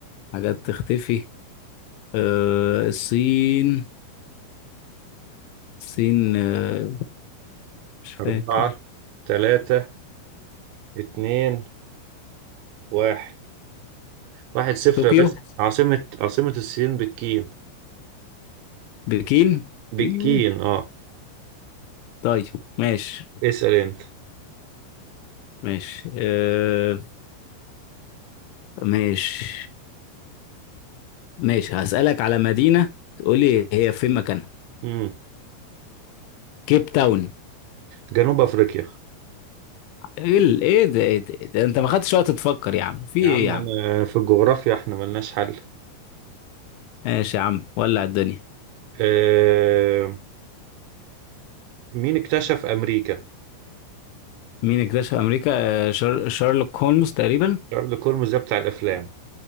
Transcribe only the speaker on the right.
أربعة تلاتة اتنين واحد واحد صفر
يا باشا عاصمة عاصمة الصين بالكين
بالكين
اه
اسأل انت
مم.
جنوب أفريقيا
يا
عم
انا في الجغرافيا احنا ملناش حل
آه... مين اكتشف أمريكا؟
شارل كولمز ده بتاع الأفلام